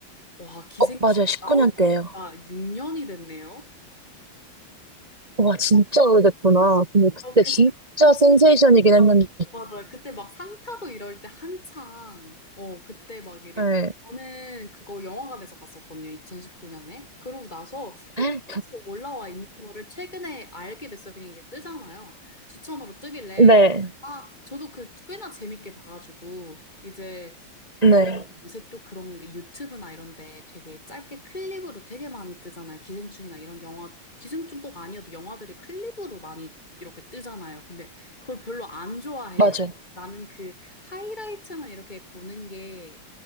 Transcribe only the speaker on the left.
와, 기생충
나온
지가 6년이 됐네요.
어, 그
맞아요. 그때 막 상 타고 이럴 때 한창, 어, 그때 막 이러고.
저는 그거 영화관에서 봤었거든요. 2019년에. 그러고 나서 넷플릭스에
올라와 있는 거를 최근에 알게 됐어요. 그냥 이게 뜨잖아요. 추천으로 뜨길래.
아, 저도 그 꽤나 재밌게 봐가지고, 이제
요새 또 그런 게 유튜브나 이런 데 되게 짧게 클립으로 되게 많이 뜨잖아요. 기생충이나 이런 영화, 기생충 꼭 아니어도 영화들이 클립으로 많이 이렇게 뜨잖아요. 근데 그걸 별로 안 좋아해요.
나는 그 하이라이트만 이렇게 보는 게